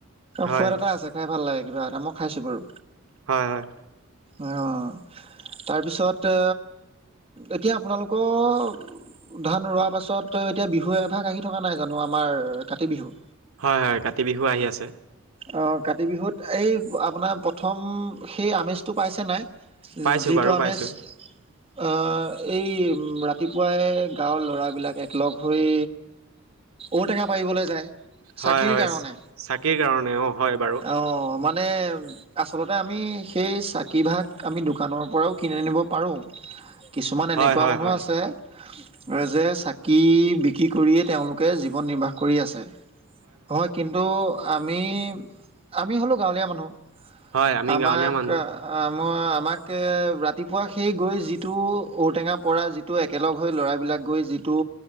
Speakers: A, on the right (about 75°); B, on the right (about 25°).
A: হয়
B: সোৱাদ এটা আছে। খাই ভাল লাগে কিবা এটা মই খাইছো বাৰু।
A: হয় হয়
B: আহ তাৰপিছতে এতিয়া আপোনালোকৰ, উ ধান ৰোৱাৰ পাছত এতিয়া বিহু এভাগ আহি থকা নাই জানো আমাৰ কাতি বিহু,
A: হয় হয় কাতি বিহু আহি আছে,
B: অ কাতি বিহুত এই আপোনাৰ প্ৰথম সেই আমেজটো পাইছে নাই?
A: পাইছো
B: যিটো
A: বাৰু
B: আমেজ,
A: পাইছো
B: আহ এই ৰাতিপুৱাই গাঁৱৰ ল'ৰাবিলাক একলগ হৈ, ঔটেঙা পাৰিবলে যায় চাকিৰ
A: হয় হয়
B: কাৰণে
A: চাকিৰ কাৰণে অ হয় বাৰু
B: অ মানে, আচলতে আমি সেই চাকিভাগ আমি দোকানৰ পৰাও কিনি আনিব পাৰো। কিছুমান
A: হয়
B: এনেকুৱা
A: হয়
B: মানুহো
A: হয়
B: আছে, এই যে চাকি বিক্ৰী কৰিয়েই তেওঁলোকে জীৱন নিৰ্বাহ কৰি আছে, হয় কিন্তু আমি আমি হ'লো গাঁৱলীয়া মানুহ,
A: হয় আমি
B: আমাক
A: গাঁৱলীয়া মানুহ
B: আমাৰ আমাক ৰাতিপুৱা সেই গৈ যিটো ঔটেঙা পৰা যি টো একেলগ হৈ ল'ৰাবিলাক গৈ যিটো